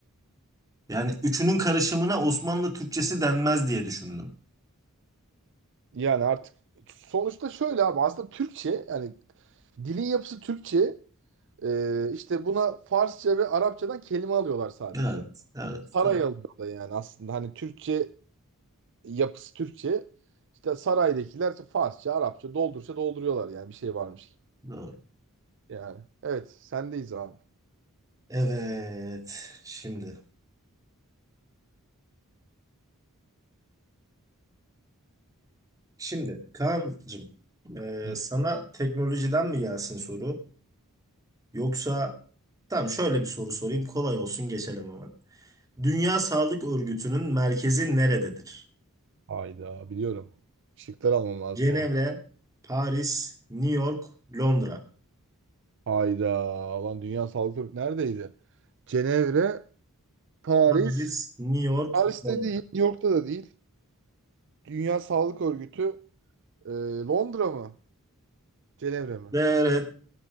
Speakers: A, on the right; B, on the right.
A: Yani üçünün karışımına Osmanlı Türkçesi denmez diye düşündüm.
B: Yani artık sonuçta şöyle abi aslında Türkçe yani dilin yapısı Türkçe Ee, işte buna Farsça ve Arapçadan kelime alıyorlar sadece.
A: Evet, evet,
B: Saray
A: doğru.
B: alıyorlar yani aslında hani Türkçe yapısı Türkçe işte saraydakiler işte Farsça Arapça doldursa dolduruyorlar yani bir şey varmış gibi.
A: doğru.
B: Yani evet sendeyiz abi.
A: Evet, şimdi. Şimdi Kaan'cığım, e,
B: Hı.
A: sana teknolojiden mi gelsin soru? Yoksa tamam şöyle bir soru sorayım, kolay olsun geçelim hemen. Dünya Sağlık Örgütü'nün merkezi nerededir?
B: Hayda biliyorum. Şıklar almam lazım
A: Cenevre,
B: o.
A: Paris, New York, Londra.
B: Hayda lan Dünya Sağlık Örgütü neredeydi? Cenevre, Paris,
A: Paris, New York,
B: Paris'te
A: Londra.
B: değil, New York'ta da değil. Dünya Sağlık Örgütü e, Londra mı? Cenevre mi?
A: Evet, evet.